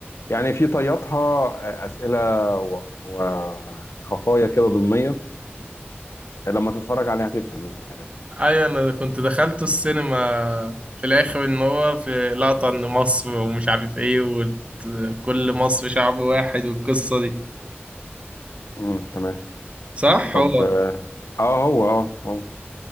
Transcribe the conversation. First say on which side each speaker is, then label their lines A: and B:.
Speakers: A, on the left; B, on the right.
A: يعني في طياتها آه، أسئلة و- وخفايا كده ضمنية لما تتفرج عليها هتفهم يعني
B: ايوه انا كنت دخلته السينما في الاخر ان هو في لقطه ان مصر ومش عارف ايه وكل مصر شعب واحد والقصه دي
A: امم تمام
B: صح
A: طب
B: هو
A: اه آه، هو اه هو